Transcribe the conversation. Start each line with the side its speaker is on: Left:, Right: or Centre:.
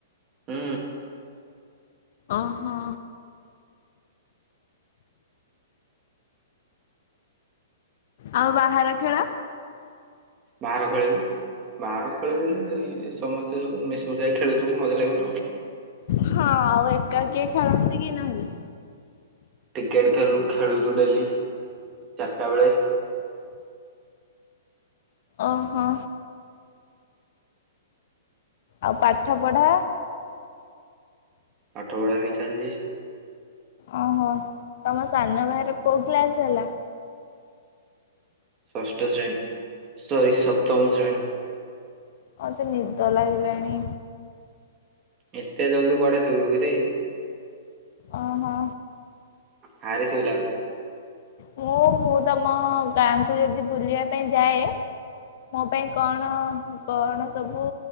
Right: ହୁଁ।
Left: ଓହୋ। ଆଉ ବାହାର ଖେଳ?
Right: ବାହାର ଖେଳ ବି ବାହାର ଖେଳ ସମସ୍ତେ ଯୋଉ ମିଶି ମୁଶାଇ ଖେ ଖେଳୁ ମଜା ଲାଗୁନ ଆଉ।
Left: ହଁ ଆଉ ଏକା କିଏ ଖେଳନ୍ତି କି ନହେଲେ।
Right: କ୍ରିକେଟ ଖ ଖେଳୁଛୁ ଡେଲି ଚାରିଟା ବେଳେ।
Left: ଓହୋ। ଆଉ ପାଠ ପଢା?
Right: ପାଠ ପଢା ବି ଚାଲିଛି।
Left: ଓହୋ ତମ ସାନ ବାଇର କୋଉ ଗ୍ଲାସ୍ ହେଲା?
Right: ଷଷ୍ଠ ଶ୍ରେଣୀ ସରି ସପ୍ତମ ଶ୍ରେଣୀ।
Left: ମତେ ନିଦ ଲାଗିଲାଣି।
Right: ଏତେ ଜଲଦି କୁଆଡେ ଶୋଇବୁ କିରେ?
Left: ଓ ହୋ।
Right: ହରେ ଶୋଇଲା ବାଲା।
Left: ମୁଁ ମୁଁ ତମ ଗାଁକୁ ଯଦି ବୁଲିବା ପାଇଁ ଯାଏ। ମୋ ପାଇଁ କଣ କଣ ସବୁ